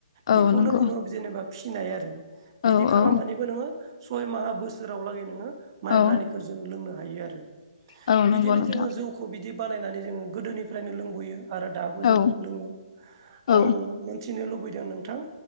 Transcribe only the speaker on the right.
बेखौनो
बुङो जेनेबा फिनाय आरो बिदि
खालामनानैबो
नोङो सय माहा बोसोरावलागै नोङो माइब्रानिखौ
जोङो लोंनो हायो आरो
बिदिनो
जोङो जौखौ बिदि बानायनानै जोङो गोदोनिफ्रायनो लोंबोयो आरो दाबो जोङो
लोङो
आं मोनथिनो लुबैदों नोंथां